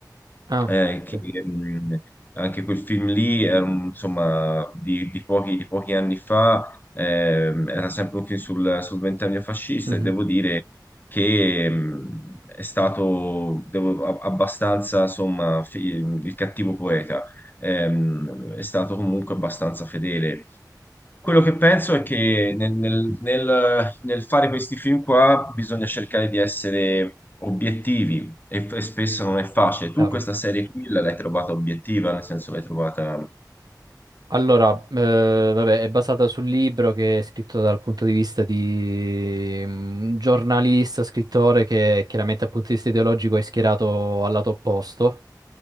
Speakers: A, on the right; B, on the left.
A: Ah,
B: eh, che
A: sì.
B: mh, anche quel film lì, è un- insomma, di, di pochi, di pochi anni fa, ehm, era sempre un film sul, sul ventennio fascista
A: Mhm,
B: e devo dire che mh, è stato devo- a- abbastanza, insomma, fi- il cattivo poeta. ehm, è stato comunque abbastanza fedele quello che penso è che nel, nel- nel- nel fare questi film qua bisogna cercare di essere obiettivi e, f- e spesso non è facile.
A: chiaro.
B: Tu questa serie qui la- l'hai trovata obiettiva, nel senso l'hai trovata...
A: Allora, eh, vabbè, è basata sul libro che è scritto dal punto di vista di mm, un giornalista, scrittore che chiaramente dal punto di vista ideologico è schierato al lato opposto.